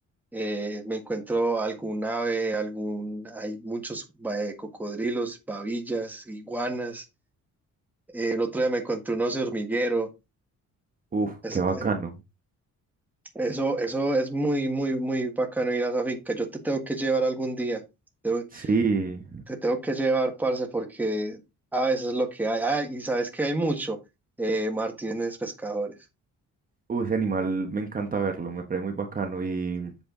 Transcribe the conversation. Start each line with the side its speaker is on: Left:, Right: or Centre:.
Centre: eh, me encuentro algún ave, algún, hay muchos eh, cocodrilos, babillas, iguanas. Eh, el otro día me encontré un oso hormiguero.
Right: Uf,
Centre: Es-
Right: qué bacano.
Centre: eh, eso, eso es muy, muy, muy bacano ir a esa finca. Yo te tengo que llevar algún día. Te,
Right: Sí,
Centre: te tengo que llevar, parce, porque a veces es lo que hay. Ah, y sabes que hay mucho. eh, Martínez Pescadores.
Right: uy, ese animal me encanta verlo, me parece muy bacano y